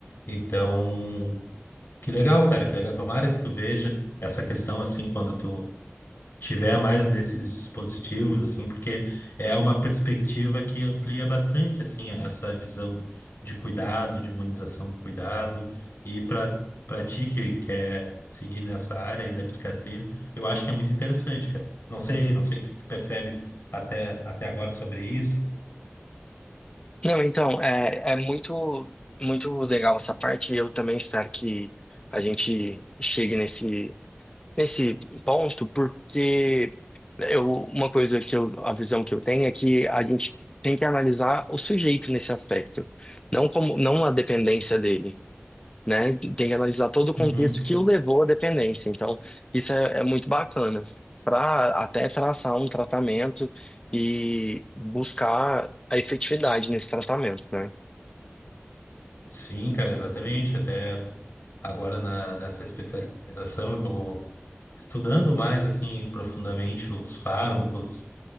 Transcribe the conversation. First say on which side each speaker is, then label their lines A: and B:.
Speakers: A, on the left (about 60°); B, on the left (about 20°).
A: Então, que legal, cara, que legal. Tomara que tu veja essa questão assim quando tu tiver mais desses dispositivos, assim, porque é uma perspectiva que amplia bastante, assim, essa visão de cuidado, de humanização do cuidado, e para para ti que quer seguir nessa área aí da psiquiatria, eu acho que é muito interessante, cara. Não sei, não sei o que tu percebe até, até agora sobre isso.
B: Não, então, é, é muito, muito legal essa parte. Eu também espero que a gente chegue nesse, nesse ponto, porque eu, uma coisa que eu, a visão que eu tenho é que a gente tem que analisar o sujeito nesse aspecto, não como, não a dependência dele né? Tem que analisar todo o contexto
A: Uhum.
B: que o levou à dependência. Então, isso é, é muito bacana para até traçar um tratamento e buscar a efetividade nesse tratamento, né?
A: Sim, cara, exatamente. Até agora na, nessa especialização, eu estou estudando mais assim profundamente os fármacos,